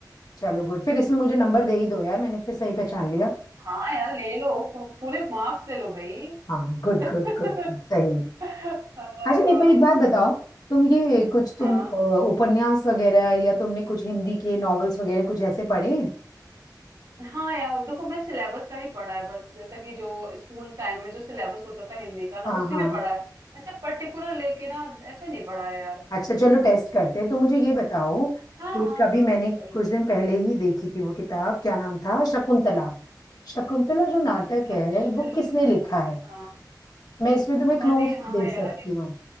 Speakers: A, on the left (about 60°); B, on the right (about 60°).
A: चलो गुड फिर इसमें मुझे नंबर दे ही दो यार मैंने फिर सही पहचान लिया
B: हाँ यार ले लो पू- पूरे मार्क्स ले लो भाई
A: हाँ गुड
B: <laughs>
A: गुड गुड गुड सही
B: हाँ
A: अच्छा एक एक बात बताओ तुम ये कुछ तुम
B: हाँ
A: अ, उपन्यास वगैरह या तुमने कुछ हिंदी के नॉवेल्स वगैरह कुछ ऐसे पढ़े हैं?
B: हाँ यार देखो मैं सिलेबस का ही पढ़ा है बस जैसा कि जो स्कूल टाइम में जो सिलेबस होता था हिंदी का ना
A: हाँ
B: उसी
A: हाँ
B: में पढ़ा है ऐसे पर्टिकुलर लेके ना ऐसे नहीं पढ़ा है यार
A: अच्छा चलो टेस्ट करते हैं तो मुझे ये बताओ
B: हाँ
A: कि
B: हाँ
A: कभी
B: हाँ
A: मैंने
B: हाँ कर लो
A: कुछ दिन पहले ही देखी थी वो किताब क्या नाम था शकुंतला शकुंतला जो नाटक है
B: अच्छा
A: वो किसने लिखा है
B: हाँ
A: मैं इसमें तुम्हें क्लूज
B: अरे हाँ
A: भी दे
B: यार
A: सकती
B: ये,
A: हूँ